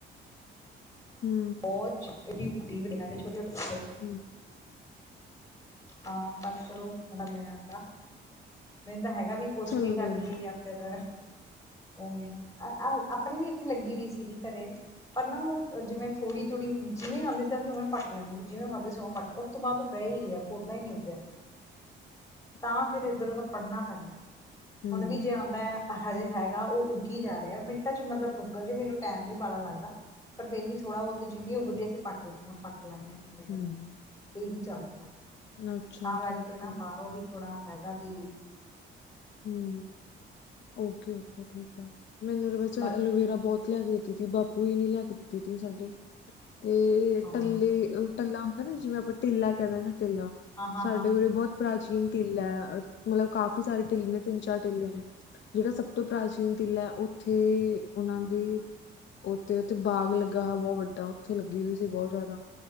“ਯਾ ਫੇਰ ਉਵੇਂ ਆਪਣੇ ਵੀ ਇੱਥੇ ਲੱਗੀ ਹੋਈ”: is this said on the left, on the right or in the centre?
Left